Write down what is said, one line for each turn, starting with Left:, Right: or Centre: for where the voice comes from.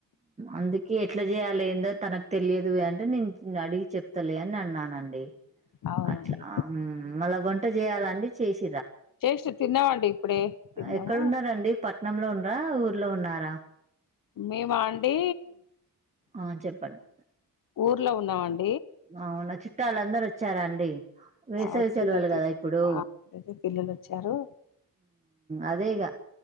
Right: అందుకే ఎట్లా చేయాలి ఏందో తనకు తెలియదు అంటే నేను అడిగి చెప్తలే అని అన్నానండి
Left: అవునండి
Right: అట్లా మళ కొంట చేయాలండి చేసి
Left: చేసి తిన్నామండి ఇప్పుడే తిన్నాము
Right: ఎక్కడున్నారండి పట్నంలో ఉండరా ఊర్లో ఉన్నారా
Left: మేమా అండీ
Right: ఆ చెప్పండి
Left: ఊర్లో ఉన్నాంమండి
Right: అవునా చుట్టాలుందరుూ వచ్చారాండి వేసవి
Left: వచ్చిరు
Right: సెలవలు
Left: వచ్చిరు
Right: కదా ఇప్పుడు
Left: పిల్లలు వచ్చారు
Right: అదేగా